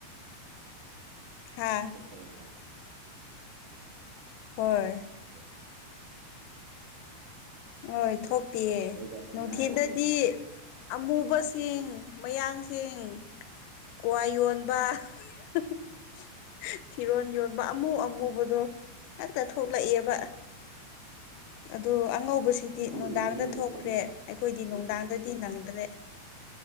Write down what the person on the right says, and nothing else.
ꯀꯩꯕ
ꯑꯣ
ꯑꯩꯒ ꯊꯦꯡꯅꯔꯗꯤ
ꯑꯩ
ꯏꯚꯤꯅꯤꯡꯗ
ꯊꯣꯛꯅꯤꯡꯉꯦ